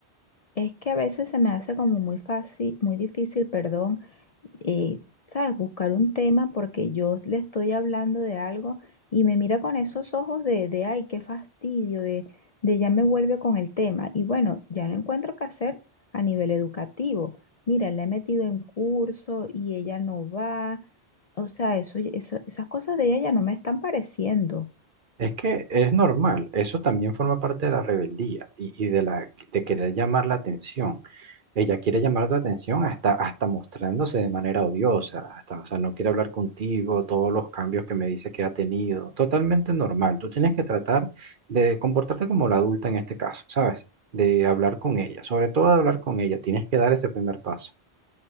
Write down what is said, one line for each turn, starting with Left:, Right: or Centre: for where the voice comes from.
Left: Es que a veces se me hace como muy fácil, muy difícil, perdón eh, ¿sabes? Buscar un tema porque yo le estoy hablando de algo y me mira con esos ojos de, de ay, qué fastidio, de, de ya me vuelve con el tema. Y bueno, ya no encuentro qué hacer a nivel educativo. Mira, la he metido en curso y ella no va. O sea, eso, eso- esas cosas de ella ya no me están pareciendo.
Right: Es que es normal, eso también forma parte de la rebeldía y, y de la de querer llamar la atención. Ella quiere llamar tu atención hasta, hasta mostrándose de manera odiosa, hasta, o sea, no quiere hablar contigo, todos los cambios que me dice que ha tenido. Totalmente normal. Tú tienes que tratar de comportarte como la adulta en este caso, ¿sabes? De hablar con ella, sobre todo de hablar con ella, tienes que dar ese primer paso.